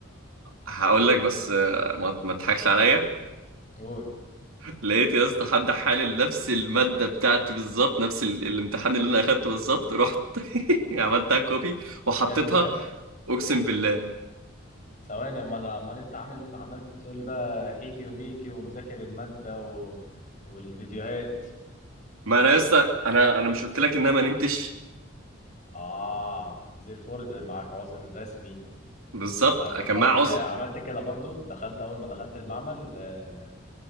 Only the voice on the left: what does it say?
قول
اتكلم بجد
ثواني امال امال انت عامل عمال بتقول لي بقى حيكي وميكي ومذاكر الماده و... والفيديوهات
اه زيرفورد معاك عذر رسمي
انا خد
بالك
آه، عملت كده برضو دخلت اول ما دخلت المعمل آه،